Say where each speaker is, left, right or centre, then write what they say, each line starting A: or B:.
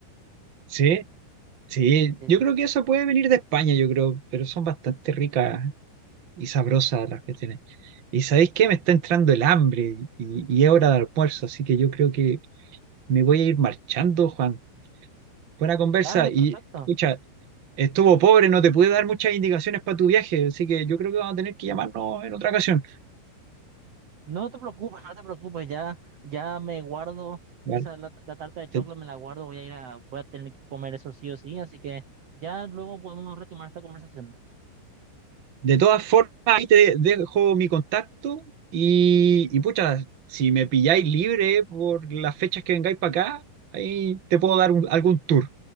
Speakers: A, on the right; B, on the right.
A: Sí, sí.
B: Sí,
A: Yo
B: sí.
A: creo que eso puede venir de España, yo creo, pero son bastante ricas y sabrosas las que tienen. ¿Y sabéis qué? Me está entrando el hambre y, y es hora de almuerzo, así que yo creo que me voy a ir marchando, Juan. Buena conversa
B: Dale,
A: y
B: perfecto.
A: escucha, estuvo pobre, no te pude dar muchas indicaciones para tu viaje, así que yo creo que vamos a tener que llamarnos en otra ocasión.
B: No te preocupes, no te preocupes. Ya, ya me guardo
A: ¿vale?
B: esa la, la tarta de chocolate,
A: De,
B: me la guardo. Voy a ir a, voy a tener que comer eso sí o sí. Así que ya luego podemos retomar esta conversación.
A: de todas formas, ahí te dejo mi contacto y, y pucha, si me pilláis libre por las fechas que vengáis para acá, ahí te puedo dar un- algún tour.